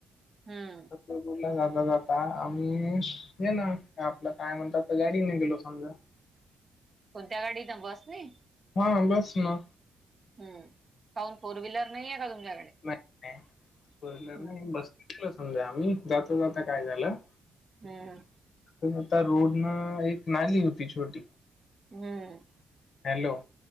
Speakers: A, on the right (about 35°); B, on the left (about 60°).
A: हम्म.
B: <unintelligible> ला जाता जाता आम्ही येणार आपला काय म्हणतात, तर गाडीने गेलो समजा
A: कोणत्या गाडीत बसने?
B: हां बस ना.
A: हम्म. काऊन फोर व्हीलर नाहीये का तुमच्याकडे?
B: नाही नाही फोर व्हीलर
A: हम्म
B: नाही बसलेलो समजा आम्ही जाता जाता काय झालं?
A: हम्म.
B: तर आता रोडनं एक नाली होती छोटी.
A: हम्म.
B: हॅलो